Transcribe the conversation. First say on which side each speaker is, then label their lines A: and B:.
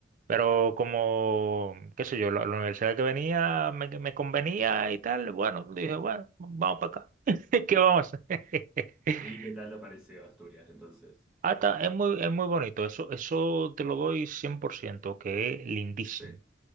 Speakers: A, on the right; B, in the centre.
A: Pero como, qué sé yo, la, la universidad que venía me, me convenía y tal, bueno, dije, bueno, vamos para acá. <laughs> ¿Qué vamos a hacer? <laughs>
B: ¿Y qué tal te pareció Asturias entonces?
A: Hasta es muy, es muy bonito, eso, eso te lo doy 100% que es lindísimo.
B: Sí.